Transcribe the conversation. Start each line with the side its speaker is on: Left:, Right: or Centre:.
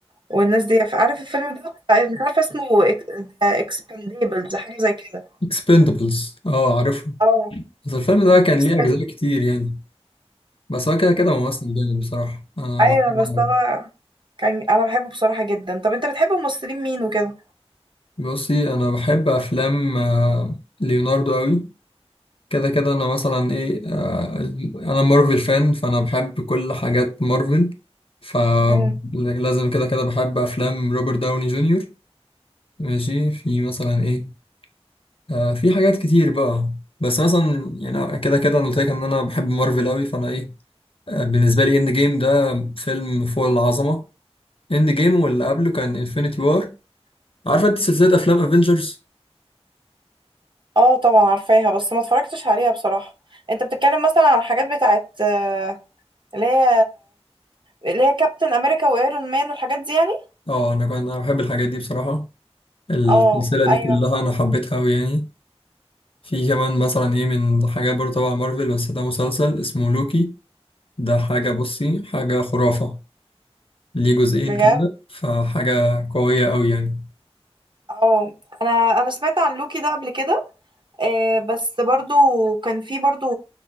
Right: والناس دي عارف الفيلم ده مش عارفة اسمه اكسبانديبلز حاجة زي كده
Left: اكسبندبلز اه عارفه
Right: اه
Left: بس الفيلم ده كان
Right: اكسباند
Left: ليه أجزاء كتير يعني بس هو كده كده ممثل جامد بصراحة أنا
Right: ايوه
Left: بحبه
Right: بس
Left: أوي
Right: انا كان انا بحبه بصراحه جدا طب انت بتحب ممثلين مين وكده
Left: بصي أنا بحب أفلام آه، ليوناردو أوي كده كده أنا مثلا إيه آه، أنا مارفل فان فأنا بحب كل حاجات مارفل فلازم
Right: امم
Left: كده كده بحب أفلام روبرت داوني جونيور ماشي في مثلا إيه آه، في حاجات كتير بقى بس مثلا يعني كده كده أنا قلت لك إن أنا بحب مارفل أوي فأنا إيه آه، بالنسبة لي إند جيم ده فيلم فوق العظمة اند جيم واللي قبله كان انفينيتي وار عارفه انت سلسله افلام افنجرز
Right: اه طبعا عارفاها بس ما اتفرجتش عليها بصراحه انت بتتكلم مثلا على الحاجات بتاعت آه، اللي هي اللي هي كابتن امريكا وايرون مان والحاجات دي يعني
Left: اه انا كنت انا بحب الحاجات دي بصراحه السلسله
Right: اه
Left: دي
Right: ايوه
Left: كلها انا حبيتها قوي يعني في كمان مثلا ايه من حاجات برضه تبع مارفل بس ده مسلسل اسمه لوكي ده حاجه بصي حاجه خرافه ليه جزئين
Right: بجد
Left: كده فحاجه قويه قوي يعني
Right: اه انا انا سمعت عن لوكي ده قبل كده آه، بس برضو كان في برضو